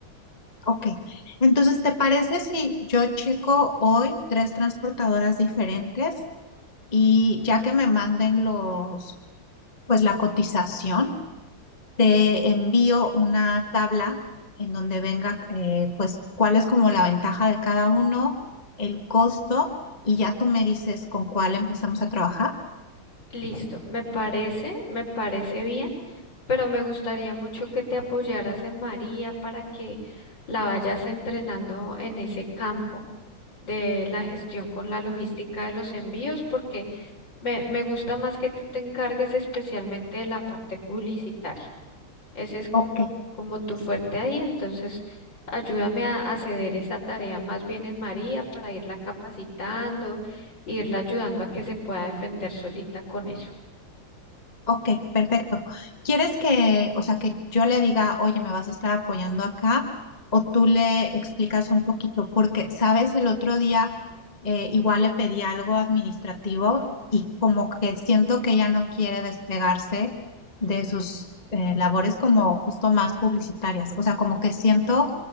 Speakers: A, on the left (about 20°); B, on the left (about 55°).
A: Ok, entonces, ¿te parece si yo checo hoy tres transportadoras diferentes y ya que me manden los, pues la cotización? Te envío una tabla en donde venga, eh, pues, cuál es como la ventaja de cada uno, el costo, y ya tú me dices con cuál empezamos a trabajar.
B: Listo, me parece, me parece bien. pero me gustaría mucho que te apoyaras en María para que la vayas entrenando en ese campo de la gestión con la logística de los envíos, porque me, me gusta más que tú te encargues especialmente de la parte publicitaria. Ese es como,
A: Ok,
B: como tu fuerte ahí, entonces ayúdame a, a ceder esa tarea más bien en María para irla capacitando, irla ayudando a que se pueda defender solita con eso.
A: Ok, perfecto. ¿Quieres que, o sea, que yo le diga, oye, me vas a estar apoyando acá? O tú le explicas un poquito, porque, sabes, el otro día eh, igual le pedí algo administrativo y como que siento que ella no quiere despegarse de sus eh, labores como justo más publicitarias. O sea, como que siento